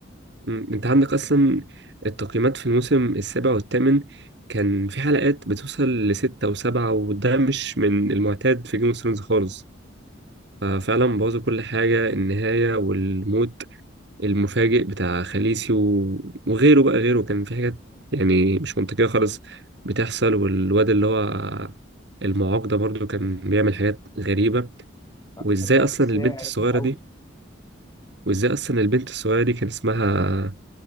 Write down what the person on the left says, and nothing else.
آه،
ده
شخصيه
رخمه قوي